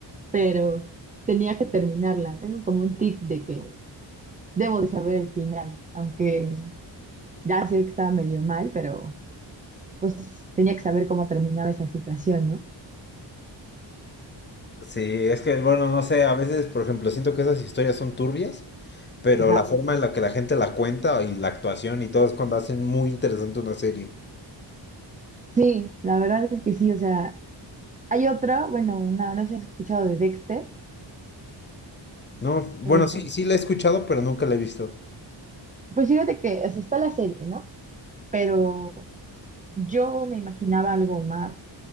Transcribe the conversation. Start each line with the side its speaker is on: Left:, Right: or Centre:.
Right: pero tenía que terminarla. Tengo como un tic de que debo de saber el final, aunque ya sé que estaba medio mal, pero pues tenía que saber cómo terminaba esa situación, ¿no?
Left: Sí, es que, bueno, no sé, a veces, por ejemplo, siento que esas historias son turbias, pero
Right: Ajá.
Left: la forma en la que la gente la cuenta y la actuación y todo es cuando hacen muy interesante una serie.
Right: Sí, la verdad es que sí, o sea, hay otra, bueno, una, no sé si has escuchado de Dexter.
Left: No, bueno,
Right: eh,
Left: sí, sí la he escuchado, pero nunca la he visto.
Right: pues fíjate que, o sea, está la serie, ¿no? Pero yo me imaginaba algo más